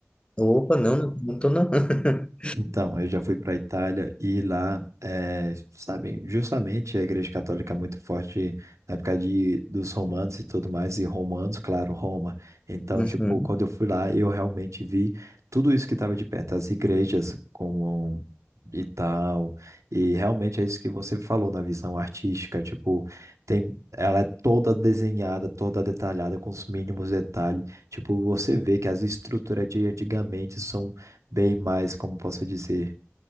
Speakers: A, on the left (about 20°); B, on the right (about 85°).
A: Opa, não, não, não tô não. <laughs>
B: Então, eu já fui para a Itália e lá, é, sabem, justamente a Igreja Católica é muito forte na época de, dos romanos e tudo mais, e romanos, claro, Roma. Então,
A: Uhum.
B: tipo, quando eu fui lá, eu realmente vi tudo isso que estava de perto, as igrejas como e tal, e realmente é isso que você falou na visão artística, tipo, tem, ela é toda desenhada, toda detalhada, com os mínimos detalhes. Tipo, você vê que as estruturas de antigamente são bem mais, como posso dizer,